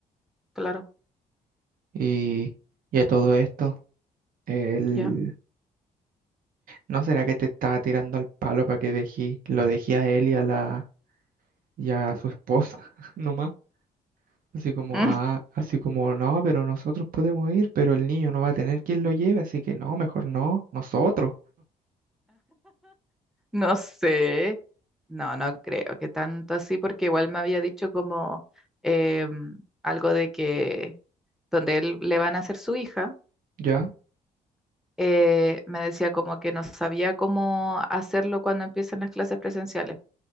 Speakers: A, in the centre; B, on the right (about 45°).
A: claro,
B: Y, y a todo esto, él,
A: ya.
B: ¿no será que te estaba tirando el palo para que dejé, lo dejé a él y a la, y a su esposa <laughs> nomás? Así como,
A: <laughs>
B: ah, así como, no, pero nosotros podemos ir, pero el niño no va a tener quien lo lleve, así que no, mejor no, nosotros,
A: No sé, no, no creo que tanto así, porque igual me había dicho como em, algo de que donde él le van a hacer su hija,
B: ¿ya?
A: eh, me decía como que no sabía cómo hacerlo cuando empiezan las clases presenciales,